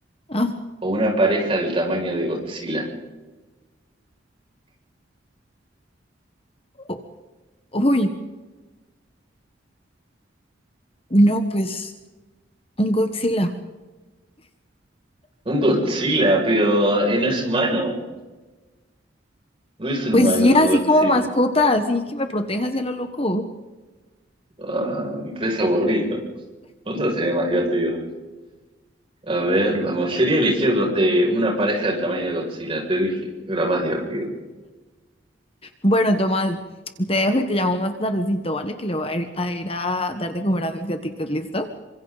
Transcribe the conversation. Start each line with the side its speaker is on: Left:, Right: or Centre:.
Left: Ah,
Right: O una pareja del tamaño de Godzilla.
Left: u- uy, no, pues un Godzilla.
Right: Un Godzilla, pero eh, no es humano. No es un
Left: Pues
Right: humano
Left: sí, así
Right: Godzilla.
Left: como mascota, así que me proteja hacia lo loco.
Right: Ah, es aburrido. Otro sería más divertido. A ver, la mayoría eligió Go- de una pareja del tamaño de Godzilla, te dije. Era más divertido.
Left: Bueno, Tomás, te dejo y te llamo más tardecito, ¿vale? Que le voy a ir a, ir a dar de comer a mis gatitos, ¿listo?